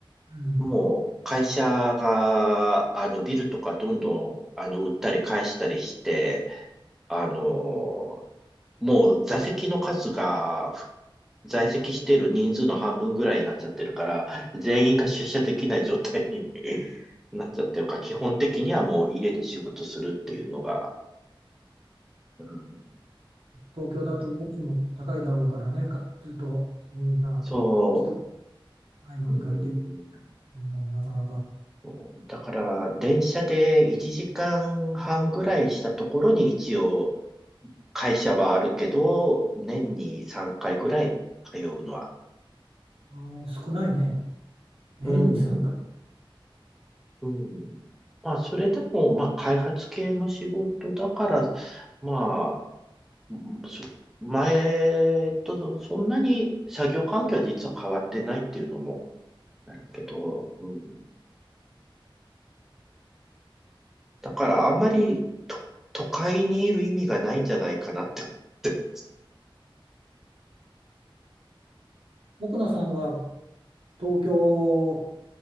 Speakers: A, on the right; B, in the centre.
A: うん、
B: もう会社が、あの、ビルとかどんどん、あの、売ったり返したりして、あの、もう座席の数が、在籍している人数の半分ぐらいになっちゃってるから、全員が出社できない状態に <laughs> なっちゃってるから、基本的にはもう家で仕事するっていうのが、うん、
A: 東京だと家賃も高いだろうからね、かずっとそんな人
B: そ
A: ないのに借りてって
B: う、うん、
A: いうのもなかなか、
B: そうだから電車で1時間半ぐらいしたところに一応、会社はあるけど、年に3回ぐらい通うのは。
A: うん、少ないね。年に3回。
B: うん、うん。まあ、それでも、まあ、開発系の仕事だから、まあ、そ前とそんなに作業環境は実は変わってないっていうのもあるけど、うん。だから、あんまりと都会にいる意味がないんじゃないかなって思って。
A: 奥野さんは東京